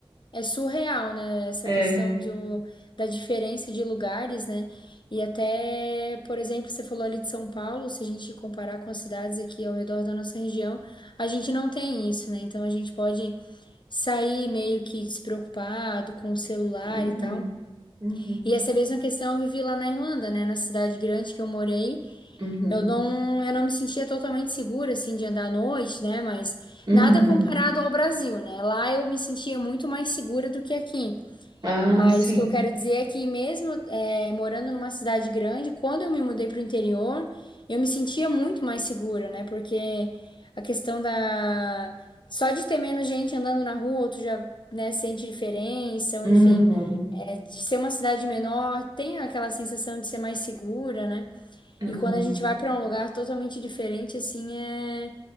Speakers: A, on the left; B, on the right.
A: É surreal, né? Essa
B: É.
A: questão do, da diferença de lugares, né? E até, por exemplo, você falou ali de São Paulo, se a gente comparar com as cidades aqui ao redor da nossa região, a gente não tem isso, né? Então a gente pode sair meio que despreocupado com o celular
B: Uhum,
A: e tal.
B: uhum,
A: E essa mesma questão eu vivi lá na Irlanda, né? Na cidade grande que eu morei,
B: uhum,
A: eu não, eu não me sentia totalmente segura, assim, de andar à noite, né? Mas
B: uhum.
A: nada comparado ao Brasil, né? Lá eu me sentia muito mais segura do que aqui.
B: Ah,
A: Mas
B: sim.
A: o que eu quero dizer é que mesmo eh, morando numa cidade grande, quando eu me mudei para o interior, eu me sentia muito mais segura, né? Porque a questão da... Só de ter menos gente andando na rua, tu já, né, sente diferença, ou
B: Uhum,
A: enfim, eh, de ser uma cidade menor, tem aquela sensação de ser mais segura, né?
B: uhum,
A: E quando a gente vai para um lugar totalmente diferente, assim, é,